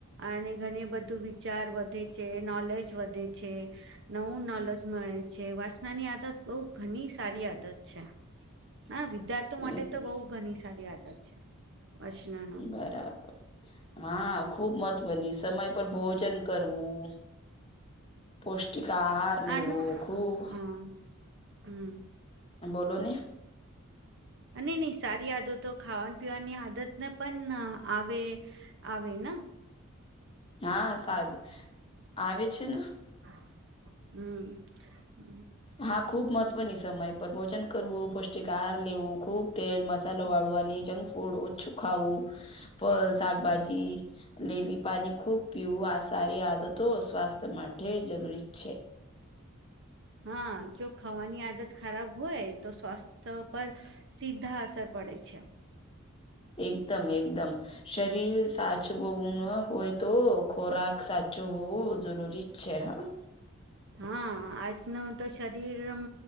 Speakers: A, on the right; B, on the left.
A: અને ઘણી બધું વિચાર વધે છે નોલેજ વધે છે. નવું નોલેજ મળે છે વાસનાની આદત બઉુ ઘણી સારી આદત છે. હા વિદ્યાર્થી માટે
B: એકદમ
A: તો બહુ ઘણી સારી આદત છે વચના
B: બરાબર હા ખુબ મહત્વની સમય પર ભોજન કરવું પૌષ્ટિક આહાર લેવો
A: આનું
B: ખુબ
A: હમ <inaudible>
B: બોલો ની
A: ની ની સારી આદતો ખાવા પીવાની આદતને પણ આવે. આવે ના
B: હા સાદ આવે છે ન.
A: <inaudible>
B: હા ખુબ મહત્વની સમય પર ભોજન કરવું પૌષ્ટિક આહાર લેવું ખુબ તેલ મસાલો
A: હમ,
B: વાળવાની જંક ફૂડ ઓછું ખાવું. ફળ શાકભાજી
A: હમ.
B: લેવી પાણી ખુબ પીવું આ સારી આદતો સ્વાસ્થ્ય માટે જરૂરી છે.
A: હા જો ખાવાની આદત ખરાબ હોય તો સ્વાસ્થ્ય પર સીધા અસર પડે છે
B: એકદમ એકદમ શરીર સાચવવુ ન હોય તો ખોરાક સાચું હોવું જરૂરી જ છે હા.
A: હા આજ નું તો શરીર આમ